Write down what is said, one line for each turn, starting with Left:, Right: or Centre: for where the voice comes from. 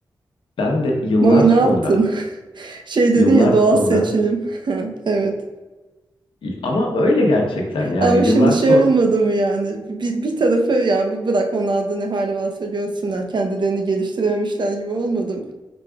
Left: ben de yıllar
Right: Mami
Left: sonra,
Right: ne yaptın? <laughs> Şey dedin
Left: yıllar
Right: ya doğal
Left: sonra
Right: seçilim. <laughs> Evet.
Left: Ama öyle gerçekten yani
Right: Ama
Left: yıllar
Right: şimdi şey
Left: sonra
Right: olmadı mı yani bir, bir tarafı ya bu bırak onlar da ne hali varsa görsünler kendilerini geliştirememişler gibi olmadı mı?